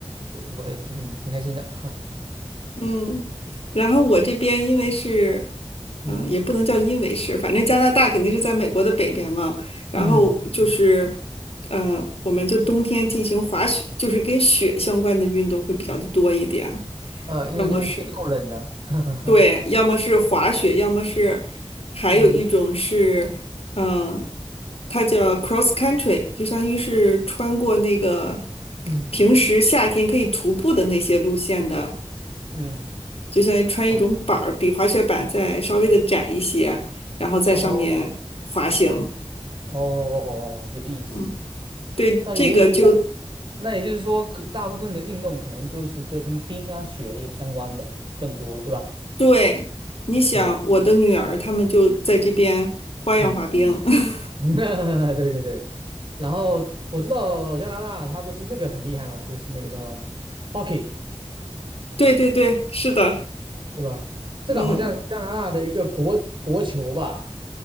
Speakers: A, on the right (about 50°); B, on the left (about 65°).
A: 对我也挺挺开心的，<laughs>
B: 嗯，然后我这边因为是，
A: 嗯
B: 嗯、也不能叫因为是，反正加拿大肯定是在美国的北边嘛。然后就是，
A: 嗯
B: 呃，我们就冬天进行滑雪，就是跟雪相关的运动会比较的多一点，
A: 呃，
B: 要么是
A: 因为那边确实够冷的，<laughs>
B: 对，要么是滑雪，要么是还有一种是，
A: 嗯
B: 嗯、它叫 cross country，就相当于是穿过那个
A: 嗯
B: 平时夏天可以徒步的那些路线的，
A: 嗯，
B: 就相当于穿一种板儿，
A: 哦
B: 比滑雪板再稍微的窄一些，然后在上面滑行。
A: 哦哦，哦有意思。
B: 嗯，对，
A: 那也就是那
B: 这个就嗯
A: 那也就是说，各大部分的运动可能都是跟冰啊雪也相关的更多，对吧？
B: 对。你想，
A: 嗯
B: 我的女儿她们就在这边花样滑冰。
A: 嗯。
B: <laughs>
A: <laughs> 对对对，然后我知道加拿大它不是那个很厉害嘛，就是那个叫 hockey，
B: 对对对，是的，
A: 对吧？这个好像是加拿大的一个国国球吧？
B: 嗯。